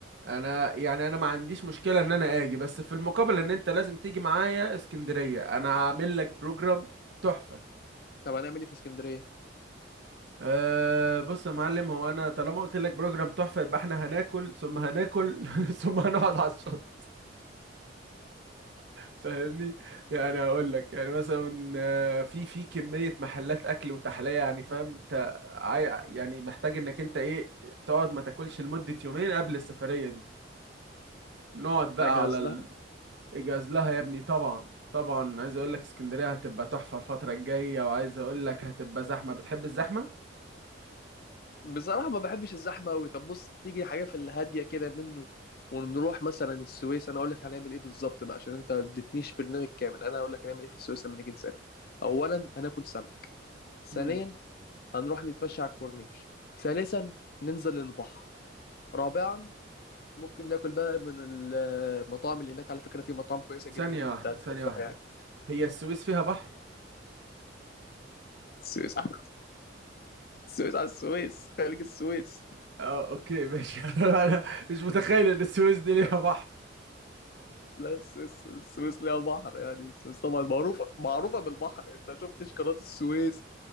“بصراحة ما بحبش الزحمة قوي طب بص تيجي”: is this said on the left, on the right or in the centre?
Left